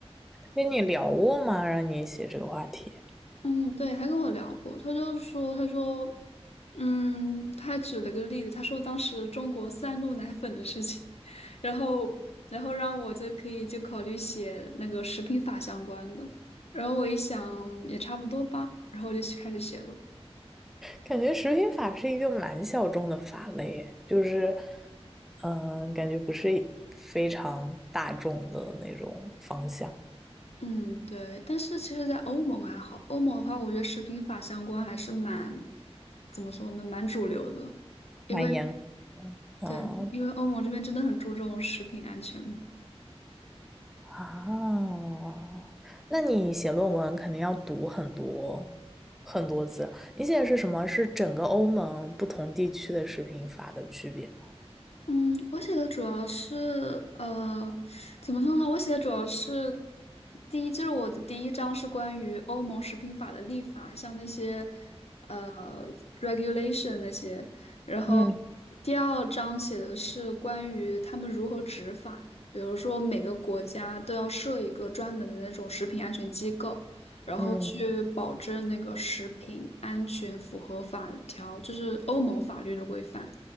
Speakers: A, in the centre; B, on the left (about 70°).
A: 跟你聊过吗？让你写这个话题，
B: 嗯，对，他跟我聊过，他就是说，他说，嗯，他还举了个例子，他说当时中国三鹿奶粉的事情，然后，然后让我就可以就考虑写那个食品法相关的，然后我一想也差不多吧，然后我就去开始写了。
A: 感觉食品法是一个蛮小众的法类就是，嗯、感觉不是非常大众的那种方向，
B: 嗯，对，但是其实，在欧盟还好，欧盟的话，我觉得食品法相关还是蛮，怎么说呢，蛮主流的，因为
A: 蛮严，嗯
B: 对，因为欧盟这边真的很注重食品安全。
A: 啊，那你写论文肯定要读很多很多字。你写的是什么？是整个欧盟不同地区的食品法的区别
B: 嗯，我写的主要是呃，怎么说呢？我写的主要是第一，就是我的第一章是关于欧盟食品法的立法，像那些呃 regulation 那些。然后
A: 嗯
B: 第二章写的是关于他们如何执法，比如说每个国家都要设一个专门的那种食品安全机构，然后去保证那个食品安全符合法条，
A: 嗯
B: 就是欧盟法律的规范。